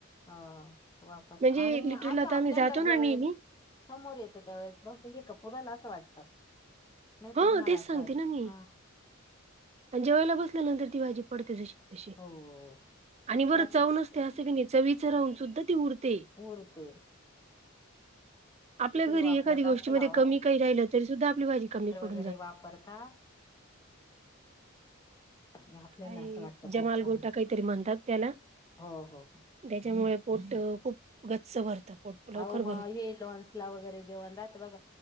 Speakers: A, on the left; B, on the right.
A: ह वाफाळत
B: म्हणजे
A: आणि
B: लिटरला
A: असं
B: आता
A: आपल्याला
B: आम्ही जातो ना
A: ज्या वेळेस
B: नेहमी
A: समोर येत त्या वेळेस बहुतेक एका पुराला असं वाटतं नाही
B: ह
A: पुरणार
B: तेच
A: असं
B: सांगते
A: वाटत
B: ना मी
A: हा
B: आणि जेवायला बसल्या नंतर ती भाजी पडते जशी तशी
A: हो
B: आणि बरं
A: त्यात
B: चव नसते अस बी नाही चवीचं राहून सुद्धा ती उरते
A: ऊरते
B: आपल्या घरी
A: वापरत
B: एकादी गोष्टी
A: असेल
B: मध्ये
A: अहो
B: कमी काही राहिलं तरी सुद्धा आपली भाजी कमी पडू
A: घरीे वापरता आणि आपल्याला
B: काय
A: असं वाटत खूप
B: जमाल
A: चांगलं
B: गोटा काहीतरी म्हणतात त्याला
A: हाय हो हो
B: त्याच्यामुळे पोट खूप गच्च भरतं पोट लवकर
A: आओ
B: भरत
A: म हे लॉन्सला वगैरे जेवण राहत बघा